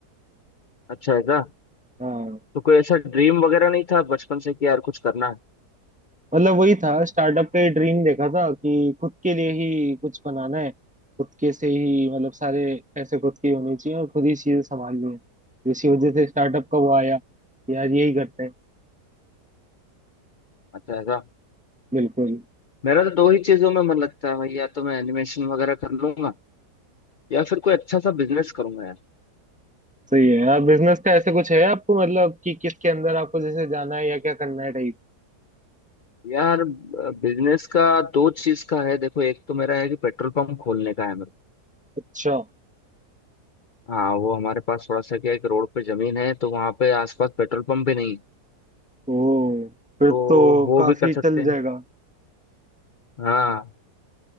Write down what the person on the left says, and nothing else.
अच्छा ऐसा
तो कोई ऐसा ड्रीम वगैरह नहीं था बचपन से कि यार कुछ करना है
अच्छा ऐसा
मेरा तो दो ही चीजों में मन लगता है भाई या तो मैं एनिमेशन वगैरह कर लूंगा या फिर कोई अच्छा सा बिजनेस करूंगा
यार बिजनेस का दो चीज का है देखो एक तो मेरा है कि पेट्रोल पंप खोलने का है मेरा
हाँ वो हमारे पास थोड़ा सा क्या है कि रोड पे जमीन है तो वहाँ पे आसपास पेट्रोल पंप भी नहीं
तो
वो
भी कर सकते
हैं हाँ